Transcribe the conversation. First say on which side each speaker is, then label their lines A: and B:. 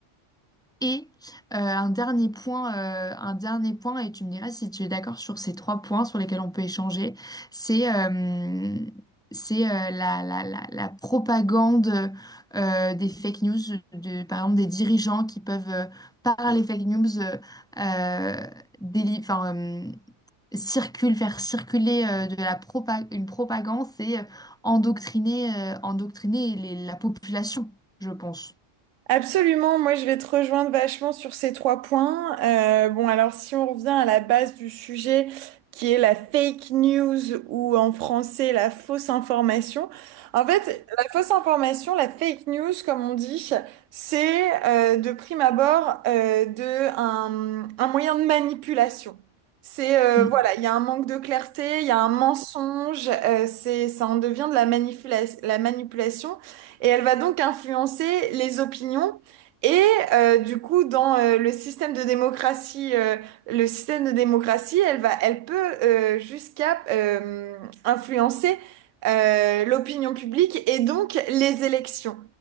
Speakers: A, in the centre; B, on the right.
A: Et euh, un dernier point, euh, un dernier point, et tu me diras si tu es d'accord sur ces trois points sur lesquels on peut échanger, c'est euh, c'est euh, la, la, la, la propagande euh, des fake news, de, par exemple des dirigeants qui peuvent, euh, par les fake news, euh, euh, déli- enfin, euh, circule, faire circuler euh, de la propa- une propagande, c'est euh, endoctriner, euh, endoctriner les- la population, je pense.
B: Absolument, moi je vais te rejoindre vachement sur ces trois points. Euh, bon, alors si on revient à la base du sujet qui est la fake news ou en français la fausse information. En fait, la fausse information, la fake news, comme on dit, c'est euh, de prime abord euh, de un, un moyen de manipulation. C'est euh,
A: Mm,
B: voilà,
A: mm.
B: il y a un manque de clarté, il y a un mensonge, euh, c'est ça en devient de la manipula- la manipulation et elle va donc influencer les opinions. Et euh, du coup, dans euh, le système de démocratie, euh, le système de démocratie, elle va, elle peut euh, jusqu'à euh, influencer euh, l'opinion publique et donc les élections